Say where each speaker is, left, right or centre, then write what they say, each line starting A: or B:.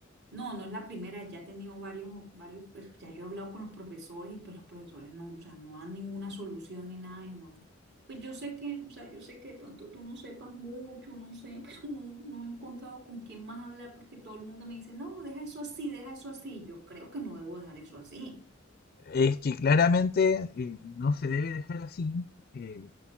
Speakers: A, on the right (about 55°); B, on the left (about 45°).
A: No, no es la primera, ya he tenido varios, varios, pues, ya yo he hablado con los profesores y pues los profesores no, o sea, no dan ninguna solución ni nada y no. Pues yo sé que, o sea, yo sé que de pronto tú no sepas mucho, no sé, <laughs> pero no, no he encontrado con quién más hablar porque todo el mundo me dice, no, deja eso así, deja eso así. Yo creo que no debo dejar eso así.
B: Es que claramente eh, no se debe dejar así, eh,